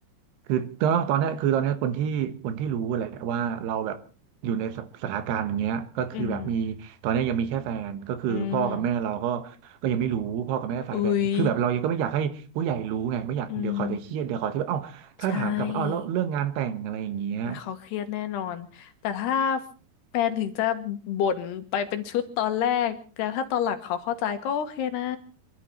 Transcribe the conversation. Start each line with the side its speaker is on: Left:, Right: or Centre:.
Right: คือก็ตอนเนี้ยคือตอนเนี้ยคนที่คนที่รู้แหละว่าเราแบบอยู่ในสสถานการณ์อย่างเงี้ยก็คือแบบมีตอนเนี้ยยังมีแค่แฟนก็คือพ่อกับแม่เราก็
Left: อืมอืม
Right: ก็ยังไม่รู้พ่อกับแม่ฝ่ายแฟนคือแบบเรายังก็ไม่อยากให้ผู้ใหญ่รู้ไงไม่อยากเดี๋ยวเขาจะเครียดเดี๋ยวเขาจะแบบเอ้าถ้าถามกลับว่าเอ้าแล้วเรื่องงานแต่งอะไรอย่างเงี้ย
Left: อุ้ยอืมใช่ อ่ะเขาเครียดแน่นอน แต่ถ้าแฟนถึงจะบ่นไปเป็นชุดตอนแรกแต่ถ้าตอนหลังเขาเข้าใจก็โอเคนะ